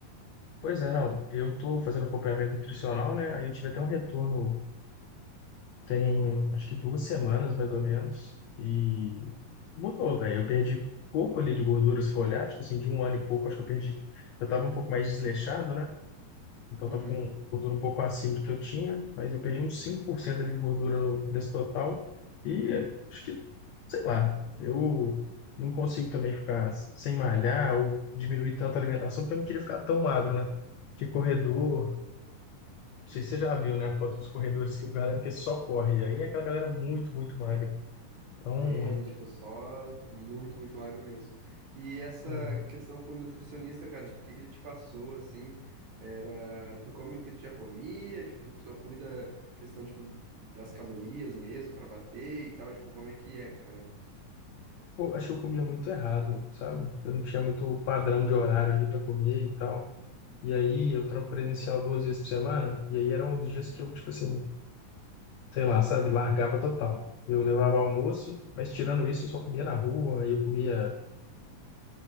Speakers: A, on the left; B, on the right.
A: Pois é, não, eu tô fazendo acompanhamento nutricional, né? Aí eu tive até um retorno Tem acho que duas semanas, mais ou menos, e mudou, velho. Eu perdi pouco ali de gordura, se for olhar, tipo assim, de um ano e pouco, acho que eu perdi. Eu tava um pouco mais desleixado, né? Então
B: Uhum.
A: tava com gordura um pouco acima do que eu tinha, mas eu perdi uns 5% ali de gordura no, nesse total. E eh, acho que, sei lá, eu não consigo também ficar sem malhar ou diminuir tanto a alimentação, porque eu não queria ficar tão magro, né? Que corredor, não sei se você já viu, né? A foto dos corredores, que a galera que é só corre. E aí é aquela galera muito, muito magra. Então,
B: É, do tipo, só é muito, muito magro mesmo. E essa
A: é,
B: questão com o nutricionista, cara, tipo, o que que ele te passou, assim, era, tu come o que tu já comia, tipo, tu só cuida questão, tipo, das calorias mesmo pra bater e tal, tipo, como é que é, cara?
A: pô, acho que eu comia muito errado, sabe? Eu não tinha muito padrão de horário ali para comer e tal. E aí eu trampo presencial duas vezes por semana. E aí eram os dias que eu, tipo assim, sei lá, sabe? Largava total. Eu levava almoço, mas tirando isso eu só comia na rua. E eu comia,